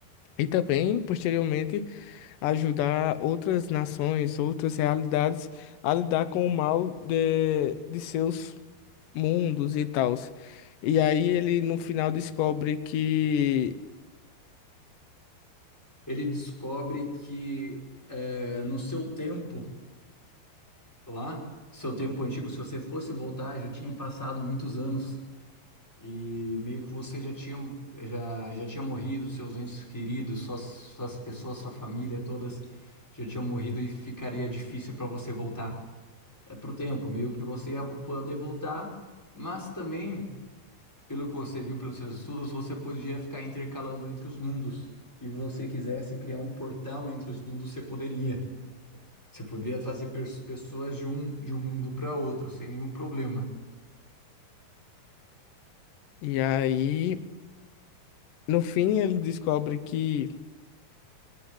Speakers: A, on the left; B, in the centre.
A: E também, posteriormente, ajudar outras nações, outras realidades a lidar com o mal de, de seus mundos e tals. E aí ele no final descobre que.
B: Ele descobre que eh, no seu tempo Lá, seu tempo antigo, se você fosse voltar, já tinha passado muitos anos e meio que você já tinha, já, já tinha morrido, seus entes queridos, suas, suas pessoas, sua família, todas já tinham morrido e ficaria difícil para você voltar. É pro tempo, meio que você ia poder voltar, mas também, pelo que você viu pelos seus estudos, você podia ficar intercalando entre os mundos. E você quisesse criar um portal entre os mundos, você poderia. Você poderia trazer pers- pessoas de um, de um mundo para outro sem nenhum problema.
A: E aí, no fim, ele descobre que